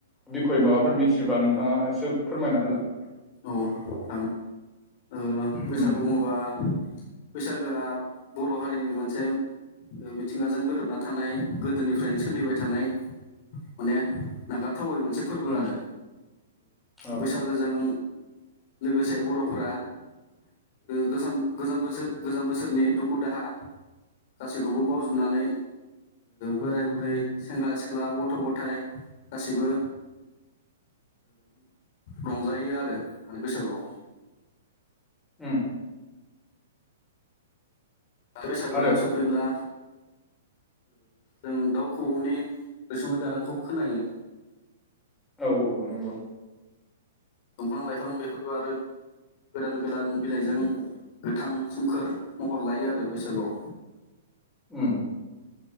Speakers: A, in the centre; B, on the left.
A: बिय माबाफोर मिथिब्ला नोंथांङा एसे फोरमायना होलााय
B: औ हागोन ओ बैसागु
A: उम
B: बुंङोबा बैसागोआ बर' हारिनिनो मोनसे मिथिंगाजों गोरोबना थानाय गोदोनिफ्रायनो सोलिबाय थानाय माने नागारथावै मोनसे फोरबो
A: उम
B: आरो
A: औ
B: बैसागोजों लोगोसे बर'फ्रा गो गोज बोसोर गोजाम बोसोरनि दुखु दाहा गासैखौबो बावजोबनानै बोराय बुरै सेंग्रा सिख्ला गथ' गथाय गासिबो रंजायो आरो माने बैसागुआव
A: <inaudible>
B: बैसागोआ
A: आरो
B: सफैब्ला जों दाउ खौबौनि रोसुमै गारांखौबो खोनायो
A: औ औ नंगौ
B: दंफां लाइफां बेफोरबो आरो गोदान गोदान बिलाइजों गोथां सोमखोर महर लायो आरो बैसागुआव।
A: उम